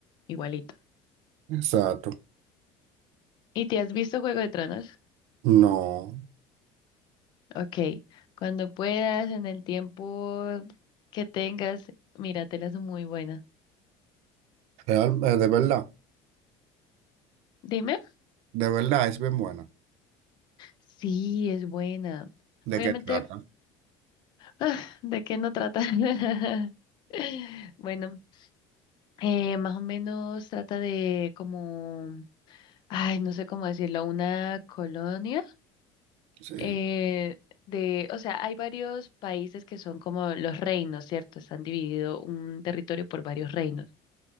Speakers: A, on the left; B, on the right.
A: igualito.
B: Exacto.
A: ¿Y te has visto Juego de Tronos?
B: No,
A: Ok, cuando puedas, en el tiempo que tengas, míratelas, es muy buena.
B: real, eh, de verdad.
A: Dime.
B: De verdad, es bien bueno.
A: Sí, es buena. Obviamente,
B: ¿De qué trata?
A: ah, ¿de qué no trata? <laughs> Bueno, eh, más o menos trata de como, ay, no sé cómo decirlo, una colonia
B: Sí.
A: eh, de, o sea, hay varios países que son como los reinos, ¿cierto? Están dividido un territorio por varios reinos.